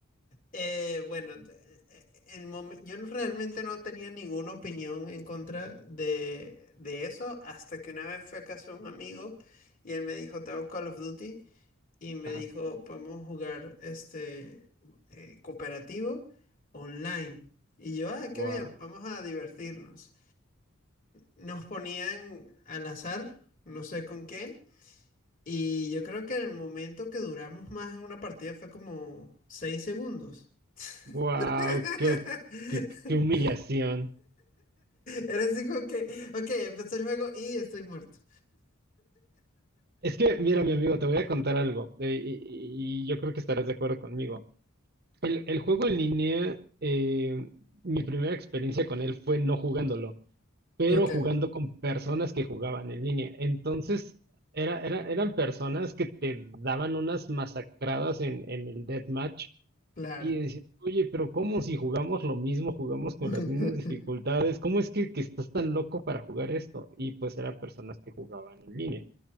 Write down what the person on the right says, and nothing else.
Ajá.
Wow.
Wow,
qué, qué- qué humillación.
Es que, mira, mi amigo, te voy a contar algo, eh, y, y- y yo creo que estarás de acuerdo conmigo. El, el juego en línea, eh, mi primera experiencia con él fue no jugándolo, pero
jugando con personas que jugaban en línea. Entonces, era, era- eran personas que te daban unas masacradas en, en el deathmatch
y decías, oye, pero ¿cómo si jugamos lo mismo, jugamos con
las mismas dificultades? ¿Cómo es que, que estás tan loco para jugar esto? Y pues eran personas que jugaban en línea.